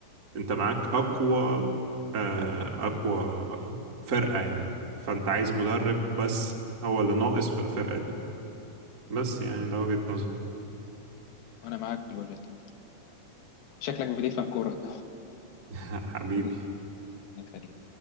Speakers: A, on the right (about 30°); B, on the left (about 80°).
A: أنت معاك أقوى آه، أقوى فرقة يعني فأنت عايز مدرب بس هو اللي ناقص في الفرقة دي بس يعني ده وجهة نظري
B: وانا معاك في الوجهة دي شكلك بتفهم كورة
A: <laughs> حبيبي
B: <laughs> الله يخليك.